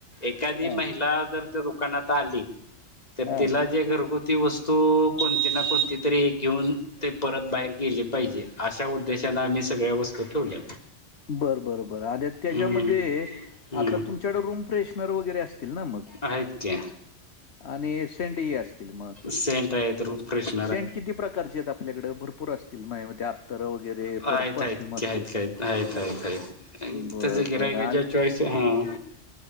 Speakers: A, on the left; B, on the left.
A: एखादी
B: हां,
A: महिला जर त्या दुकानात आली तर
B: हां.
A: तिला जे घरगु ती वस्तू कोणती ना कोणती तरी एक घेऊन ते परत बाहेर गेले पाहिजे अशा उद्देशानने आम्ही सगळ्या वस्तू ठेवल्या.
B: बर बरं बर आणि त्याच्यामध्ये
A: हम्म हम्म
B: आता तुमच्याकड रूम फ्रेशनर वगैरे असतील ना मग
A: आहेत की
B: आणि सेंटही असतील मग.
A: सेंट आहेेत रूमफ्रेश
B: सेंट किती प्रकारचे आहेत आपल्याकडें भरपूर असतील माझ्या मते आत्तरं वगैरे
A: आहेत
B: पर परफ्यूम
A: आहेत की
B: असेल
A: आहेत की आहेत आहेत
B: बरं,
A: तस गिराहाईकाच्या
B: बरं
A: चॉईस हां